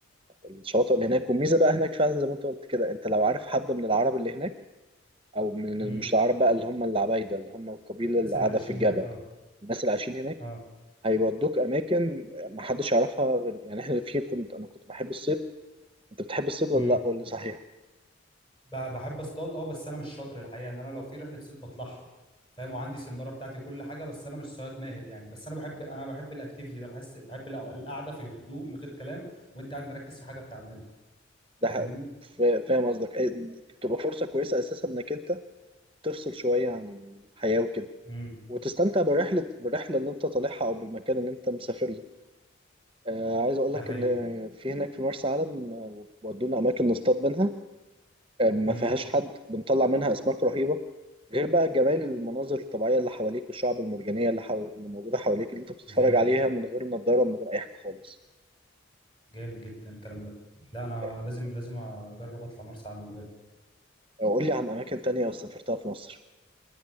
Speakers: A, on the right; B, on the left.
A: الشواطئ اللي هناك والميزة بقى هناك فعلا زي ما انت قلت كده انت لو عارف حد من العرب اللي هناك او من
B: امم
A: مش العرب بقى اللي هم العبايده اللي هم القبيله
B: الناس
A: اللي
B: اللي
A: قاعده
B: عايشين
A: في الجبل
B: هناك اه
A: الناس اللي عايشين هناك
B: اه
A: هيودوك اماكن محدش يعرفها غير يعني احنا في كنت انا كنت بحب الصيد انت بتحب الصيد ولا
B: امم
A: لا ولا صحيح
B: ب- بحب اصطاد اه بس انا مش شاطر الحقيقه ان انا لو في رحله صيد بطلعها فاهم وعندي سناره بتاعتي وكل حاجه بس انا مش صياد ماهر يعني بس انا بحب انا بحب الاكتيفيتي ده بحس بحب الع- القعده في هدوء من غير كلام وانت قاعد مركز في حاجه بتعملها
A: ده
B: فاهمني
A: ح- فا- فاهم قصدك إيه، تبقى فرصه كويسه اساسا انك انت تفصل شويه عن الحياه وكده
B: امم
A: وتستمتع بالرحله بالرحله اللي انت طالعها او بالمكان اللي انت مسافر له آه عايز اقول
B: ده
A: لك
B: حقيقي
A: ان في هناك في مرسى علم آه، ودونا اماكن نصطاد منها آه، ما
B: امم
A: فيهاش حد بنطلع منها اسماك رهيبه غير بقى جمال المناظر الطبيعيه اللي حواليك والشعب المرجانيه اللي, حو... اللي موجوده حواليك اللي انت بتتفرج
B: جامد
A: عليها من غير نضاره من غير اي حاجه خالص
B: جامد جدا الكلام ده لا انا
A: آه،
B: لازم لازم اجرب اطلع مرسى علم بجد
A: قول لي عن اماكن تانية سافرتها في مصر